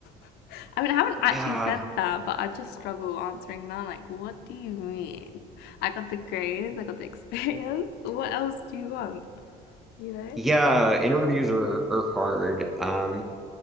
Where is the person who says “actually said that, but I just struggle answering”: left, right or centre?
Left